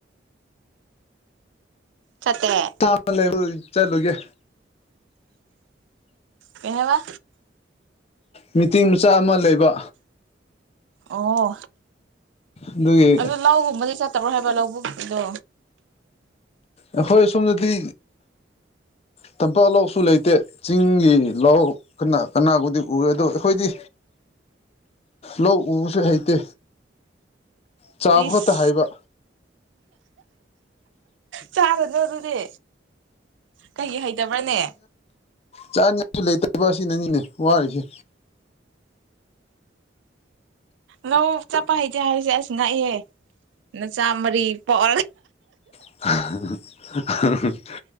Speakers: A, on the right; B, on the left.
A: ꯁꯠꯇꯅꯦ
B: ꯆ ꯂꯩ ꯆꯠꯂꯨꯒꯦ
A: ꯀꯩ ꯍꯥꯏꯕ
B: ꯃꯤꯇꯤꯡ ꯃꯆꯥ ꯑꯃ ꯂꯩꯕ
A: ꯑꯣ
B: ꯑꯗꯨꯒꯤ
A: ꯑꯗꯨꯣ ꯂꯧꯒꯨꯝꯕꯗꯤ ꯆꯠꯇꯕ꯭ꯔꯣ ꯍꯥꯏꯕ ꯂꯧꯕꯨꯗꯣ
B: ꯑꯩꯈꯣꯏ ꯁꯣꯝꯗꯗꯤ ꯇꯝꯄꯥꯛ ꯂꯧꯁꯨ ꯂꯩꯇꯦ ꯆꯤꯡꯒꯤ ꯂꯧ ꯀꯅꯥ ꯀꯅꯥꯒꯕꯨꯗꯤ ꯎꯔꯦ ꯑꯗꯣ ꯑꯩꯈꯣꯏꯗꯤ ꯂꯧ ꯎꯕꯁꯨ ꯍꯩꯇꯦ ꯆꯥꯕꯣꯠꯇ
A: ꯏꯁ
B: ꯍꯥꯏꯕ
A: ꯆꯥꯒꯗ꯭ꯔꯣ ꯑꯗꯨꯅꯦ ꯀꯩ ꯍꯩꯇꯕ꯭ꯔꯅꯦ
B: ꯆꯥꯅꯤꯡꯁꯨ ꯂꯩꯇꯕ ꯑꯁꯤꯅꯅꯤꯅꯦ ꯋꯥꯔꯤꯁꯦ
A: ꯅꯪ ꯆꯞꯄ ꯍꯩꯇꯦ ꯍꯥꯏꯁꯦ ꯑꯁ ꯅ ꯏꯍꯦ ꯅꯆꯥ ꯃꯔꯤ ꯄꯣꯛ
B: <unintelligible> <inaudible>